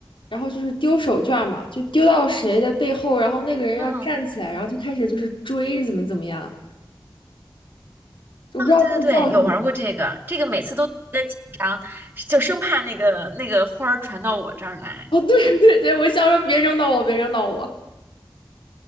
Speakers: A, on the left (about 80°); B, on the right (about 25°).
A: 然后就是丢手绢儿嘛，就丢到谁的背后，然后那个人要站起来，
B: 嗯，
A: 然后就开始就是追怎么怎么样，我不知道这个叫什么。
B: 哦，对对对，有玩过这个，
A: <laughs>
B: 这个每次都特别紧张，就生怕那个那个花儿传到我这儿来。
A: 哦，对对对，我想说别扔到我，别扔到我。